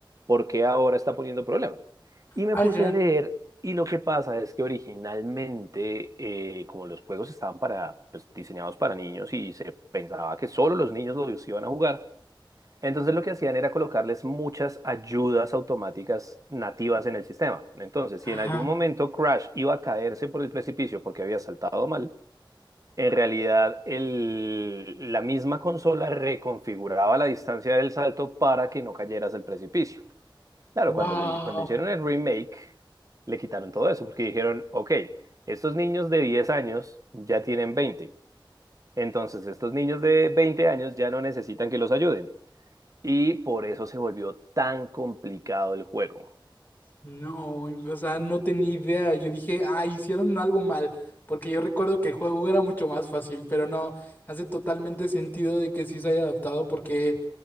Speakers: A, on the right; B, on the left.
A: ¿por qué ahora está poniendo problema? Y me
B: Ajá.
A: puse a leer y lo que pasa es que originalmente, eh, como los juegos estaban para, pues, diseñados para niños y se pensaba que solo los niños los iban a jugar, entonces lo que hacían era colocarles muchas ayudas automáticas nativas en el sistema. Entonces,
B: Ajá.
A: si en algún momento Crash iba a caerse por el precipicio porque había saltado mal, en realidad el- la misma consola reconfiguraba la distancia del salto para que no cayeras al precipicio. Claro,
B: Wow.
A: cuando lo, hice- cuando hicieron el remake, le quitaron todo eso porque dijeron, ok, estos niños de 10 años ya tienen 20. Entonces, estos niños de 20 años ya no necesitan que los ayuden y por eso se volvió tan complicado el juego.
B: No, o sea, no tenía idea. Yo dije, ah, hicieron algo mal. Porque yo recuerdo que el juego era mucho más fácil, pero no, hace totalmente sentido de que sí se haya adaptado porque